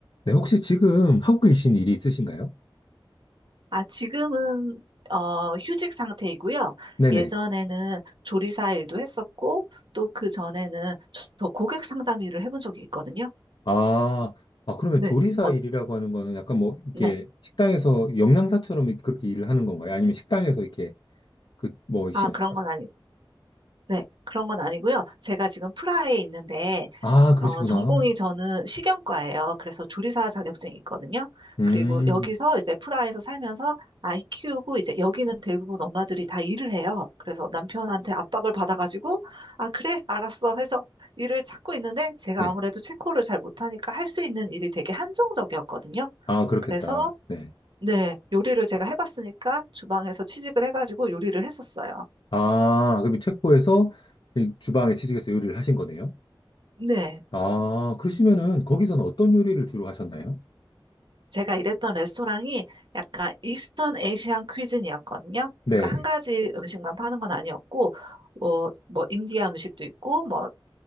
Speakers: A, on the left (about 65°); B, on the right (about 65°).
A: 네, 혹시 지금 하고 계신 일이 있으신가요?
B: 아, 지금은 어, 휴직 상태이고요.
A: 네네.
B: 예전에는 조리사 일도 했었고, 또 그 전에는 저 저 고객 상담 일을 해본 적이 있거든요.
A: 아, 아, 그러면
B: 네.
A: 조리사
B: 어,
A: 일이라고 하는 거는 약간 뭐, 이렇게
B: 네.
A: 식당에서 영양사처럼 이렇게 그렇게 일을 하는 건가요? 아니면 식당에서 이렇게, 그, 뭐, 셰프처럼?
B: 아, 그런 건 아니, 네. 그런 건 아니고요. 제가 지금 프라하에 있는데,
A: 아, 그러시구나.
B: 어, 전공이 저는 식용과예요. 그래서 조리사 자격증이 있거든요.
A: 음,
B: 그리고 여기서 이제 프라하에서 살면서 아이 키우고 이제 여기는 대부분 엄마들이 다 일을 해요. 그래서 남편한테 압박을 받아가지고 아, 그래, 알았어 해서 일을 찾고 있는데 제가
A: 네.
B: 아무래도 체코를 잘 못하니까 할 수 있는 일이 되게 한정적이었거든요.
A: 아, 그렇겠다.
B: 그래서
A: 네.
B: 네, 요리를 제가 해봤으니까 주방에서 취직을 해가지고 요리를 했었어요.
A: 아, 그럼 이 체코에서 이 주방에 취직해서 요리를 하신 거네요?
B: 네.
A: 아, 그러시면은 거기서는 어떤 요리를 주로 하셨나요?
B: 제가 일했던 레스토랑이 약간 이스턴 에이시안 퀴즈니였거든요.
A: 네.
B: 그러니까 한 가지 음식만 파는 건 아니었고, 뭐, 뭐, 인디아 음식도 있고, 뭐,